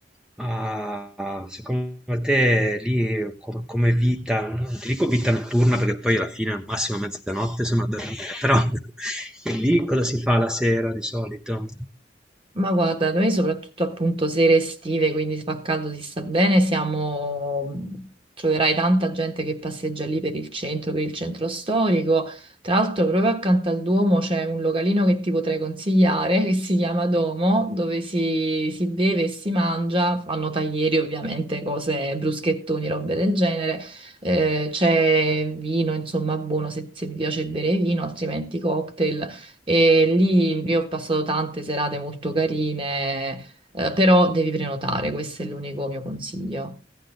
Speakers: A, in the centre; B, on the right (about 30°).
A: Ma secondo te lì co- come vita, non ti dico vita notturna perché poi alla fine al massimo mezzanotte sono a dormire, però <laughs> lì cosa si fa la sera di solito?
B: Ma guarda, noi soprattutto appunto sere estive, quindi fa caldo, si sta bene, siamo... troverai tanta gente che passeggia lì per il centro, per il centro storico. Tra l'altro proprio accanto al Duomo c'è un localino che ti potrei consigliare, <laughs> che si chiama Domo, dove si, si beve e si mangia, fanno taglieri ovviamente, cose, bruschettoni, robe del genere. Eh, c'è vino, insomma, buono se, se ti piace bere vino, altrimenti cocktail. E lì io ho passato tante serate molto carine, eh, però devi prenotare, questo è l'unico mio consiglio.